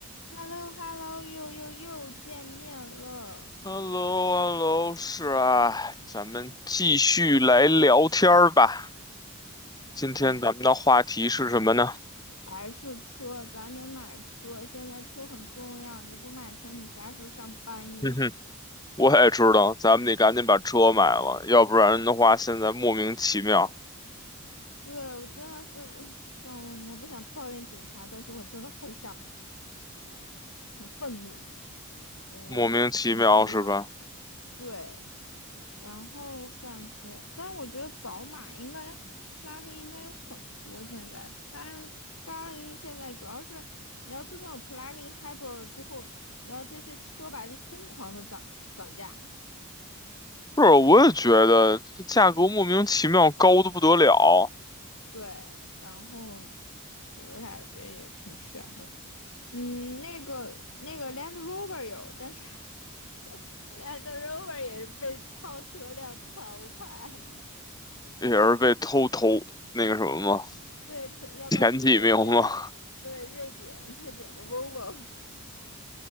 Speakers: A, on the left; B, on the left.
A: h e l l o h e l l o 又又又见面了。
B: 哈喽，l l o h e l l o 是啊，咱们继续来聊天儿吧。今天咱们的话题是什么呢？
A: 然后还是车，咱得买车，现在车很重要，你不买车，你啥时候上班呀？
B: 哼哼，我也知道，咱们得赶紧把车买了，要不然的话，现在莫名其妙，
A: 对，我真的是，<laughs> 算了，我不想抱怨警察，但是我真的很想，很愤怒，我我平平要，
B: 莫名其妙是吧？
A: 对，然后感觉，但是我觉得宝马应该拉丁应该有很多。现在但 p l u g 拉丁现在主要是，你知道自从有 plug-in hybrid 了之后，你知道这些车吧就疯狂的涨涨价。
B: 是，我也觉得这价格莫名其妙高的不得了，
A: 对，然后 Toyota 我觉得也挺悬的。嗯，那个那个 Land Rover 有，但是 <laughs> Land Rover 也是被超车辆淘汰。
B: 也是被偷偷那个什么吗？
A: <laughs> 对，可要不要考虑一下？
B: 前几名吗？
A: 对，瑞典瑞典的 Volvo。